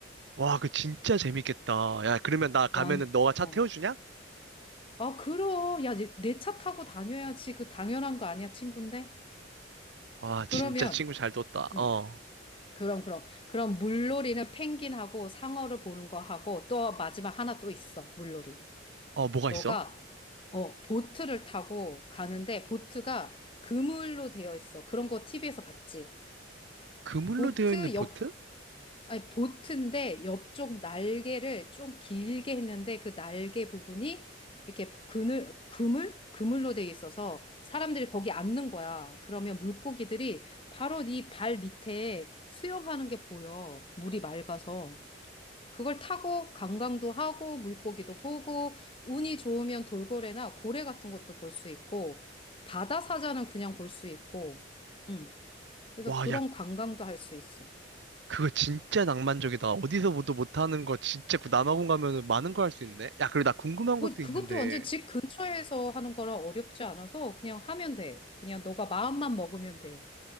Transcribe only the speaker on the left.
완,
어.
아, 그럼. 야, 내 차 타고 다녀야지. 그 당연한 거 아니야, 친구인데?
그러면,
음,
그럼, 그럼. 그럼 물놀이는 펭귄하고 상어를 보는 거 하고 또 마지막 하나 또 있어, 물놀이.
너가
어, 보트를 타고 가는데 보트가 그물로 되어 있어. 그런 거 TV에서 봤지.
보트
옆, 아니, 보트인데 옆쪽 날개를 좀 길게 했는데 그 날개 부분이 이렇게 그늘, 그물? 그물로 되어 있어서 사람들이 거기 앉는 거야. 그러면 물고기들이 바로 네 발 밑에 수영하는 게 보여. 물이 맑아서. 그걸 타고 관광도 하고 물고기도 보고 운이 좋으면 돌고래나 고래 같은 것도 볼 수 있고 바다 사자는 그냥 볼 수 있고 음. 그래서
그런
관광도 할 수 있어.
그-
그것도
완전 집 근처에서 하는 거라 어렵지 않아서 그냥 하면 돼. 그냥 너가 마음만 먹으면 돼.